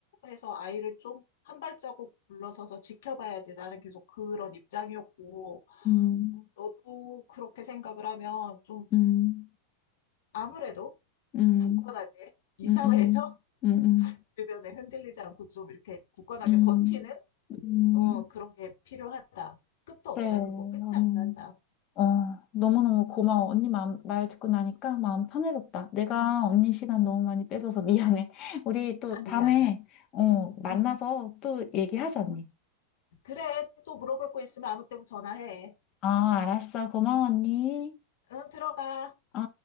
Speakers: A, on the left; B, on the left.
A: 해서 아이를 좀 한 발자국 물러서서 지켜봐야지. 나는 계속 그런 입장이었고,
B: 음,
A: 너도 그렇게 생각을 하면 좀
B: 음,
A: 아무래도
B: 음,
A: 굳건하게 이
B: 음,
A: 사회에서
B: 음,
A: <laughs>
B: 음,
A: 주변에 흔들리지 않고 좀 이렇게 굳건하게
B: 음,
A: 버티는
B: 음.
A: 어, 그런 게 필요하다. 끝도 없다.
B: 그래, 음.
A: 그거 끝이 안 난다.
B: 어, 너무너무 고마워. 언니 마음, 말 듣고 나니까 마음 편해졌다. 내가
A: 음,
B: 언니 시간 너무 많이 뺏어서 미안해. <laughs> 우리 또
A: 아니야,
B: 다음에,
A: 아니야.
B: 어, 만나서
A: 응.
B: 또 얘기하자, 언니.
A: 그래. 또 물어볼 거 있으면 아무 때고 전화해.
B: 아 알았어. 고마워, 언니.
A: 응, 들어가.
B: 어.